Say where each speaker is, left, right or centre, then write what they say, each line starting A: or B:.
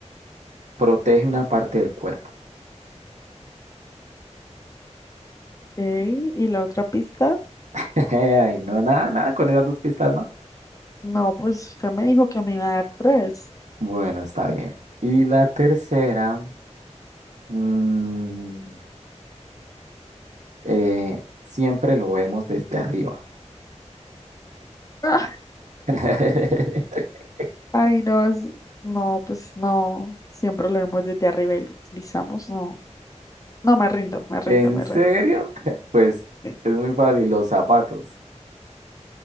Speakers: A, on the right (about 75°); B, on the left (about 30°).
A: protege una parte del cuerpo.
B: Ok, ¿Y la otra pista?
A: <laughs> Ay, no, nada, nada con esas dos pistas, ¿no?
B: No, pues usted me dijo que me iba a dar tres.
A: Bueno, está bien. Y la tercera, mm, eh, siempre lo vemos desde arriba.
B: <laughs> Ah,
A: <laughs>
B: Ay, no, es- no, pues no, siempre lo vemos desde arriba y lo utilizamos, no. No, me rindo, me rindo,
A: ¿En
B: me
A: serio?
B: rindo.
A: <laughs> Pues
B: sí.
A: es muy fácil, los zapatos.